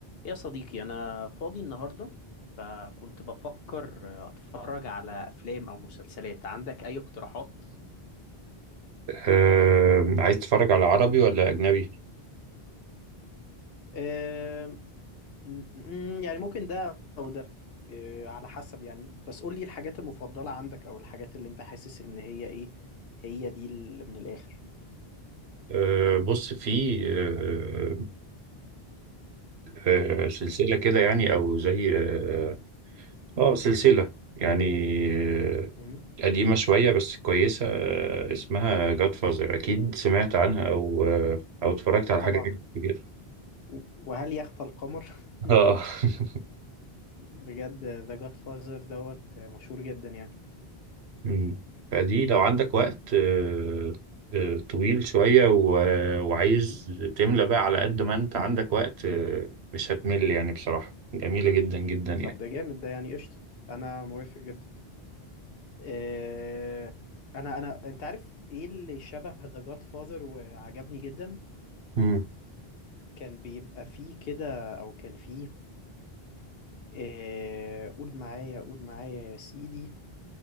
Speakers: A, on the left; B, on the right.
A: يا صديقي أنا فاضي النهاردة فكنت بفكر أتفرج على أفلام أو مسلسلات عندك أي اقتراحات؟
B: آه، عايز تتفرج على عربي ولا أجنبي؟
A: أم، أم، يعني ممكن ده او ده أه، على حسب يعني بس قول لي الحاجات المفضلة عندك او الحاجات اللي انت حاسس ان هي ايه هي دي اللي من الاخر
B: آه، بص في آه، آه، سلسلة
A: أم،
B: كده يعني أو زي آه آه، سلسلة يعني آه،
A: أم.
B: قديمة شوية بس كويسة آه، اسمها جاد فازر أكيد سمعت عنها أو آه، أو اتفرجت على
A: طبعا
B: حاجة منها كده
A: و- وهل يخفى القمر <laughs>
B: آه <laughs>
A: بجد ذا جاد فازر دوت مشهور جدا يعني
B: مم. فدي لو عندك وقت آه، آه، طويل شوية و- آه، وعايز
A: أم.
B: تملى بقى على قد ما أنت عندك وقت آه، مش هتمل يعني بصراحة جميلة جدا جدا يعني
A: طب ده جامد ده يعني قشطة انا موافق جدا آه، انا انا انت عارف ايه اللي شبه ذا جاد فاذر وعجبني جدا
B: مم.
A: كان بيبقى فيه كده او كان فيه آه، قول معايا قول معايا يا سيدي